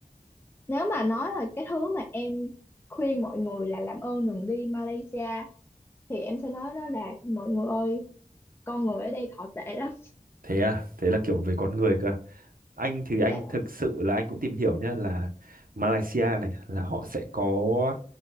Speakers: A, on the left (about 15°); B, on the right (about 80°).
A: nếu mà nói là cái thứ mà em khuyên mọi người là làm ơn đừng đi Malaysia thì em sẽ nói đó là mọi người ơi con người ở đây thọ tệ lắm
B: thế à thế là kiểu về con người cơ anh thì anh
A: dạ
B: thực sự là anh cũng tìm hiểu nhá là Malaysia này là họ sẽ có